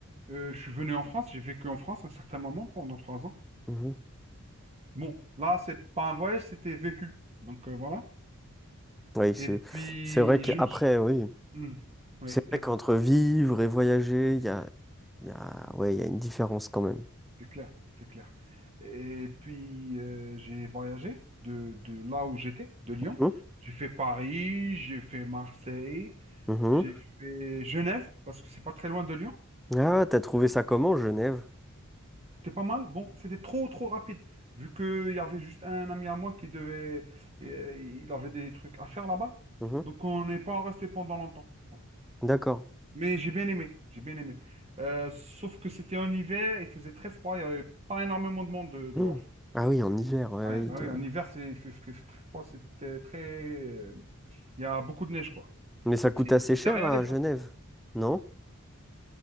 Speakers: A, on the right (about 30°); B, in the centre.
A: euh, je suis venu en France, j'ai vécu en France un certain moment pendant trois ans.
B: Mhm.
A: Bon, là, c'est pas un voyage, c'était vécu. Donc euh, voilà.
B: Oui, c'est
A: Et puis,
B: c'est vrai qu'après,
A: je me suis.
B: oui.
A: Hmm. Oui,
B: C'est vrai
A: et-
B: qu'entre vivre et voyager, il y a, il y a... Ouais, il y a une différence quand même.
A: c'est clair, c'est clair. Et puis, euh, j'ai voyagé de, de là où j'étais, de Lyon.
B: Mhm,
A: J'ai fait Paris, j'ai fait Marseille,
B: mhm.
A: j'ai fait Genève, parce que c'est pas très loin de Lyon.
B: Ah, t'as trouvé ça comment, Genève?
A: C'était pas mal. Bon, c'était trop, trop rapide. Vu qu'il y avait juste un ami à moi qui devait. euh, Il avait des trucs à faire là-bas.
B: Mhm,
A: Donc, on n'est pas resté pendant longtemps. quoi.
B: D'accord.
A: Mais j'ai bien aimé. J'ai bien aimé. Euh, sauf que c'était en hiver, il faisait très froid. Il n'y avait pas énormément de monde de- dehors.
B: Mhm. Ah oui, en hiver, ouais, ouais,
A: Ouais, bah
B: il doit-
A: oui, en hiver, c'est, il fait, fait- fait très froid. C'était très. euh, Il y a beaucoup de neige, quoi.
B: Mais ça coûte
A: C'est
B: assez cher
A: derrière
B: à
A: les.
B: Genève, non?